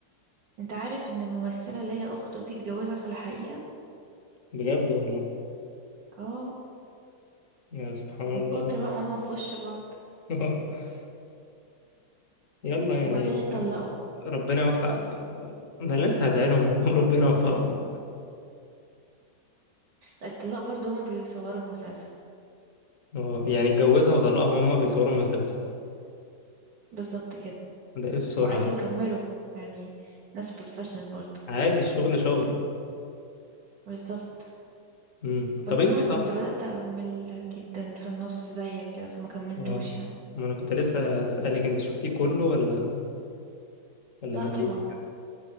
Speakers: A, on the right; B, on the left.
A: أنت عارف إن الممثلة اللي هي أخته دي اتجوزها في الحقيقة
B: بجد والله
A: اه
B: يا سبحان الله
A: من كتر بقى ماما في وش بعض
B: <laughs> يلا يعني
A: وبعدين اتطلقوا
B: ربنا يوفق انا لسه هدعي لهم اقول لهم ربنا يوفقهم
A: الطلاب برضو هما بيصوروا المسلسل
B: اه يعني اتجوزها وطلقها وهما بيصوروا مسلسل
A: بالظبط كده
B: ده ايه السرعة
A: وعادي
B: دي
A: وكملوا يعني ناس بروفيشنال برضو
B: عادي الشغل شغل
A: بالظبط
B: امم
A: بس
B: طب انت
A: انا
B: صح
A: كنت بدأت اعمل جدا في النص زيك كده فما كملتوش
B: اه
A: يعني
B: ما انا كنت لسه اسالك انت شفتيه كله ولا ولا
A: لا
B: مليتي
A: طبعا